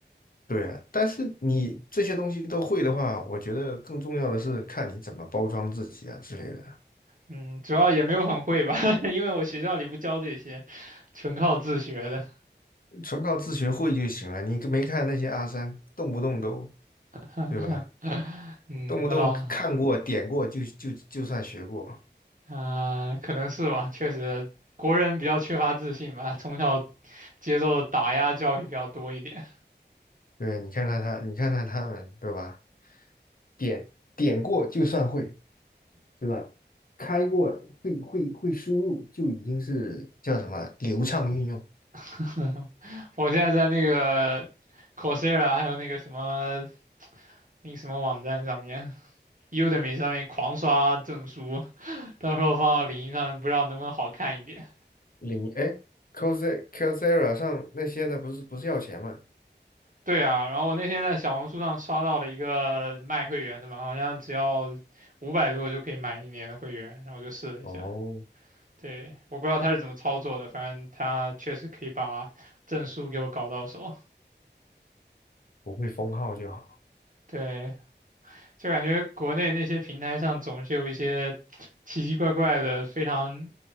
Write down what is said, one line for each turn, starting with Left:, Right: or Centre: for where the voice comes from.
Left: 对，但是你这些东西都会的话，我觉得更重要的是看你怎么包装自己啊之类的，
Right: 嗯，主要也没有很会吧，<laughs> 因为我学校里不教这些，纯靠自学的。
Left: 纯靠自学会就行了。你没看那些阿三，动不动都，
Right: <laughs>
Left: 对吧？
Right: 嗯，
Left: 动不动看过、
Right: 那倒，
Left: 点过就就就算学过。
Right: 啊、可能是吧，确实，国人比较缺乏自信吧，从小接受的打压教育比较多一点。
Left: 对，你看看他，你看看他们，对吧？点点过就算会，对吧？开过会会会输入就已经是叫什么流畅运用。
Right: <laughs> 我现在在那个 Coursera，还有那个什么，那个什么网站上面，Udemy 上面狂刷证书，到时候放到领英上，不知道能不能好看一点。
Left: 领哎 c o s e c o s e r a 上那些呢，不是不是要钱吗？
Right: 对啊，然后我那天在小红书上刷到了一个卖会员的嘛，好像只要五百多就可以买一年的会员，然后我就试了一下。
Left: 哦，
Right: 对，我不知道他是怎么操作的，反正他确实可以把证书给我搞到手。
Left: 不会封号就好。
Right: 对，就感觉国内那些平台上总是有一些奇奇怪怪的、非常